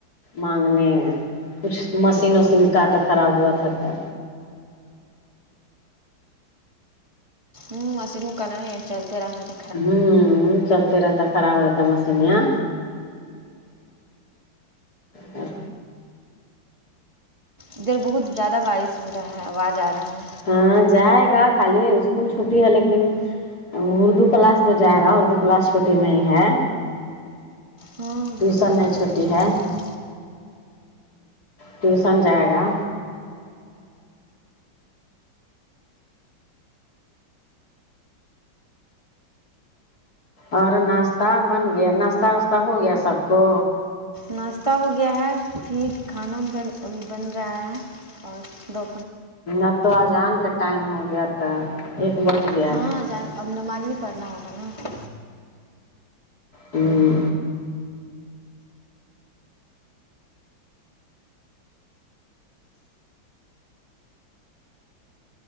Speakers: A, on the left; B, on the right.
A: مانگنے کچھ مشین
B: او
A: وشین کا تو خراب ہوا تھا تو
B: ہ مشین کانا نہیں چلتے رہنا تھا
A: ہوں چلتے رہتا خراب ہوجاتا مشین یہاں اور
B: ادھر بہت زیادہ بارش ہو رہا ہے آواز آ رہا ہے
A: ہاں جائے گا خالی اسکول چھٹی ہے لیکن اردو کلاس تو جائے گا اردو کلاس چھوٹی نہیں ہے
B: ہاں اردو
A: ٹیوسن
B: کلاس
A: نہیں
B: کا
A: چھٹی
B: بھی
A: ہے
B: نہیں
A: ٹیوسن جائے گا اور ناشتہ بن گیا ناشتہ واشتہ ہو گیا سب کو
B: ناشتہ ہو گیا ہے پھر کھانا بن بن رہا ہے اور دو
A: اب تو اذان کے ٹائم ہو گیا تو ایک بج گیا
B: ہاں جان اب نماز ہی پڑھنا ہوتا نا آپ کو
A: ہوں